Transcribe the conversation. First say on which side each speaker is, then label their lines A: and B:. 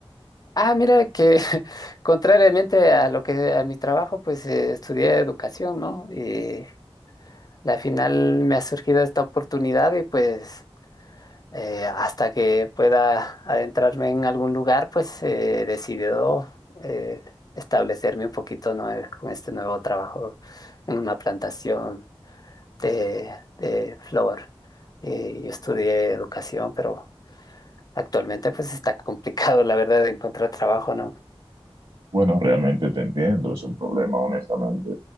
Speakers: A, on the left (about 40°); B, on the right (about 55°).
A: Ah, mira que <laughs> contrariamente a lo que a mi trabajo, pues eh, estudié educación, ¿no? Y la final me ha surgido esta oportunidad y pues eh, hasta que pueda adentrarme en algún lugar, pues he decidido eh, establecerme un poquito, ¿no? eh, con este nuevo trabajo en una plantación de, de flor. Eh, yo estudié educación, pero actualmente pues está <laughs> complicado, la verdad, de encontrar trabajo, ¿no?
B: Bueno, realmente te entiendo, es un problema honestamente